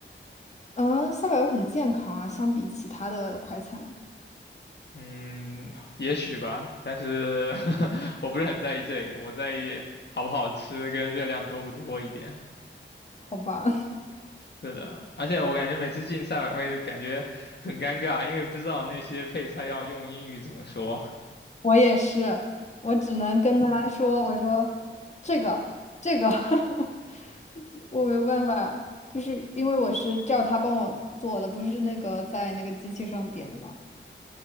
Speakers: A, on the left; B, on the left.
A: 嗯，赛百味很健康啊，相比其他的快餐，
B: 嗯，也许吧，但是 <laughs> 我不是很在意这个，我在意好不好吃跟热量多不多一点。
A: 好吧。
B: 是的，而且我感觉每次进赛百味就感觉很尴尬，因为不知道那些配菜要用英语怎么说。
A: 我也是，我只能跟他说，我说这个这个，<laughs> 我没有办法，就是因为我是叫他帮我做的，不是那个在那个机器上点的嘛。